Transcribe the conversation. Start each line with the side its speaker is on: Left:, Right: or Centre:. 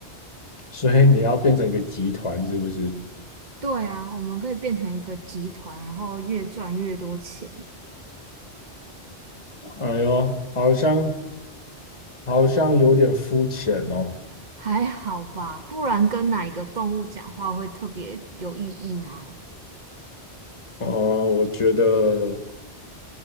Left: 所以你要变成一个集团，是不是？
Right: 对啊，我们可以变成一个集团，然后越赚越多钱，
Left: 哎呦，好像好像有点肤浅哦。
Right: 还好吧？不然跟哪一个动物讲话会特别有意义吗？
Left: 哦，我觉得